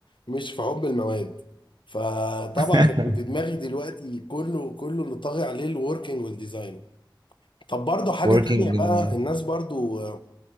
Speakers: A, on the left; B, on the right.
A: مش في حب المواد فطبعا
B: <laughs>
A: اللي في دماغي دلوقتي كله كله اللي طاغي عليه الوركينج والديزاين طب برضه حاجة
B: working
A: تانية
B: in-
A: بقى الناس برضه